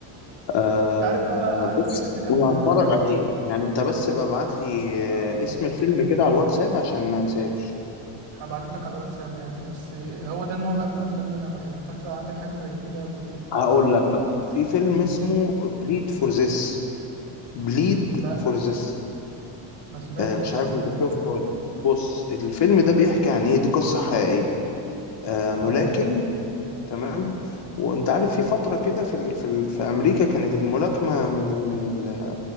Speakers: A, on the left; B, on the right.
A: آه،
B: انت عارف بقى عارف
A: بص
B: مين اللي كان
A: انا هتفرج
B: كان
A: عليه يعني انت بس بقى ابعت لي
B: اه
A: آه، اسم الفيلم كده على الواتساب عشان ما انساش
B: هبعته لك على الواتساب يعني بس هو ده النوع بقى من الافلام اللي انا بحبه فانت لو عندك حاجة زي كده يلا بينا
A: هقول لك بقى في فيلم
B: مم.
A: اسمه بليد فور ذس بليد
B: لا
A: فور ذس
B: ما سمعتش
A: مش عارف
B: عنه
A: انت
B: ده تقريبا
A: شفته ولا لأ. بص الفيلم ده بيحكي عن ايه دي قصة حقيقية آه، ملاكم
B: اه
A: تمام وانت عارف في فتره كده في ال... في ال... في امريكا كانت الملاكمه من ال... من ال...